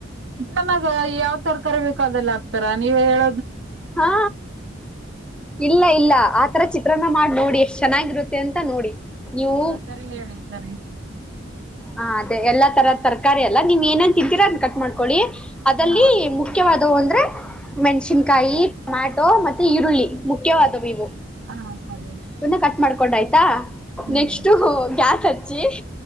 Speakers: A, on the right; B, in the centre.
A: ಚಿನಾಗ ಯಾವ್ ತರಕಾರಿ ಬೇಕು ಅದೆಲ್ಲ ಆಗ್ತಾರ ನೀವ್ ಹೇಳ
B: ಹಾ ಇಲ್ಲ ಇಲ್ಲ ಆತರ ಚಿತ್ರನ್ನ ಮಾಡ ನೋಡಿ ಎಷ್ಟ್ ಚೆನ್ನಾಗಿರುತ್ತೆ ಅಂತ ನೋಡಿ ನೀವು
A: ಹಾ ಸರಿ ಹೇಳಿ ಸರಿ
B: ಹ ಅದೇ ಎಲ್ಲಾ ತರದ ತರಕಾರಿ ಎಲ್ಲಾ ನೀವ್ ಏನನ್ ತಿದ್ದೀರಾ ಅದನ್ ಕಟ್ ಮಾಡ್ಕೊಳ್ಳಿ ಅಲ್ಲಿ
A: ಹಾ
B: ಮುಖ್ಯವಾದ ಅ ಅಂದ್ರೆ ಮೆಣ್ಸಿನ್ಕಾಯಿ ಟೊಮ್ಯಾಟೊ ಮತ್ತೆ ಈರುಳ್ಳಿ ಮುಖ್ಯವಾದವು ಇವು
A: ಹಾ ಸರಿ
B: ತುನ್ನ ಕಟ್ ಮಾಡ್ಕೊಂಡ ಆಯ್ತಾ
A: ಹ್ಮ್
B: ನೆಕ್ಸ್ಟಗ್ಯಾಸ್ ಹಚ್ಚಿ